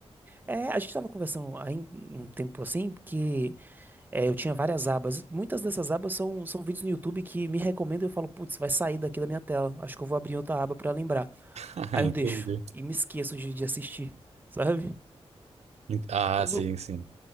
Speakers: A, on the right; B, on the right.
A: É, a gente tava conversando aí um tempo assim que. É, eu tinha várias abas. Muitas dessas abas são, são vídeos no YouTube que me recomendam e eu falo, putz, vai sair daqui da minha tela. Acho que eu vou abrir outra aba pra lembrar.
B: Ah,
A: Aí
B: entendi.
A: eu deixo e me esqueço de, de assistir, sabe?
B: Ent- Ah,
A: Mas
B: sim,
A: o,
B: sim.